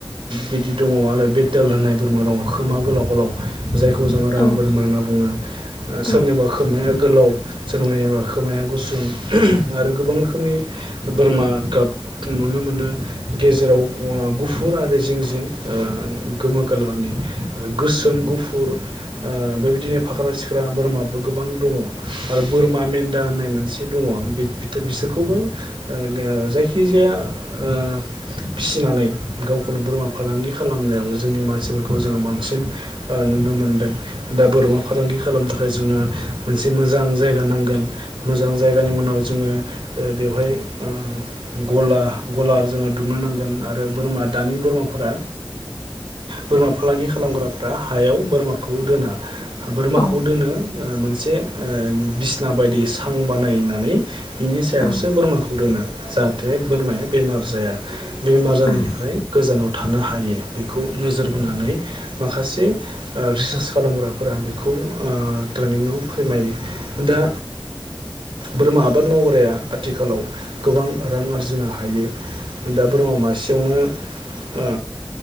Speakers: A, on the right; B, on the left.
A: बिदि दङ आरो बेटेल होननाय बोरमा दं खोमा गोलाव गोलाव जायखौ जोङो राम
B: औ
A: बोरमा होनना बुङो
B: औ ओं
A: सोरनिबा खोमाया गोलाव सोराव खोमाया गुसुं आरो गोबां रोखोमनि बोरमा गाब नुनो मोनो गेजेराव गुफुर आरो जिं जिं ओ गोमो खालारनि गोसोम गुफुर ओ बेबायदिनो फाख्रा सिख्रा बोरमाबो गोबां दङ आरो बोरमा मेन दा होननाय मोनसे दङ बिसोरखौबो ओ जायखिजाया ओ फिसिनानै गावखौनो बोरमा फालांगि खालामनायाव जोंनि मानसिफोरखौ जोङो बांसिन ओ नुनो मोनदों दा बोरमा फालांगि खालामनो थाखाय जोंनो मोनसे मोजां जायगा नांगोन मोजां जायगानि उनाव जोङो बेवहाय ओ गला गलार जोङो दुमनो नांगोन आरो बोरमा दानि बोरमाफोरा बोरमा फालांगि खालामग्राफ्रा हायाव बोरमाखौ दोना बोरमाखौ
B: औ
A: दोनो ओ मोनसे ओ बिसना बायदि सां बानायनानै बिनि सायावसो
B: ओं
A: बोरमाखौ दोनो जाहाथे बोरमाया बेमार जाया बेमार जानायनिफ्राय
B: औ
A: गोजानाव थानो हायो बेखौ नोजोर बोनानै माखासे रिसार्च खालामग्रा फोरा बेखौ ओ ट्रेनियाव फोरमायो दा बोरमा आबाद मावग्राया आथिखालाव गोबां रां आरजिनो हायो दा बोरमा मासेयावनो ओ